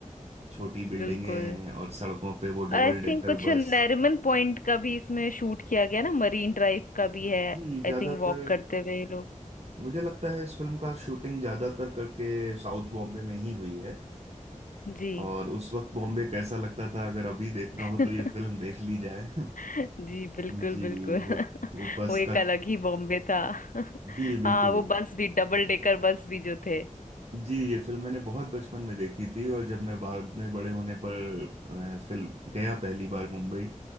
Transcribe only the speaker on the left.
बिल्कुल
और आई
थिंक कुछ
नरीमन पॉइंट का भी इसमें शूट किया गया ना मरीन ड्राइव का भी है
आई
थिंक वॉक करते हुए ये लोग
जी
<laughs>
जी बिल्कुल
बिल्कुल <laughs>
वो एक
अलग ही बॉम्बे था <laughs>
हाँ वो बस भी डबल डेकर बस भी जो थे